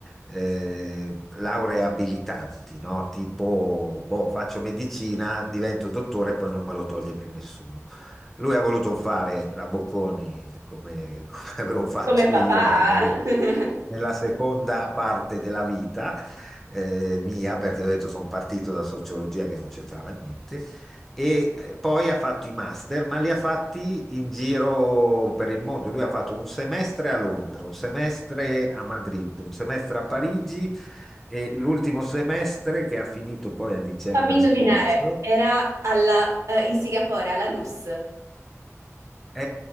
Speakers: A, in the centre; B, on the right (about 85°).
A: eh, lauree abilitanti, no? Tipo, boh, faccio medicina, divento dottore e poi non me lo toglie più nessuno. Lui ha voluto fare la Bocconi come, come <laughs> avevo fatto
B: Come papà?
A: io, almeno
B: <laughs>
A: nella seconda parte della vita eh, mia, perché ho detto sono partito da sociologia che non c'entrava niente, e eh, poi ha fatto i master, ma li ha fatti in giro per il mondo. Lui ha fatto un semestre a Londra, un semestre a Madrid, un semestre a Parigi e l'ultimo semestre che ha finito poi a dicembre
B: Fammi indovinare,
A: scorso.
B: era alla, eh, in Singapore, alla NUS.
A: è,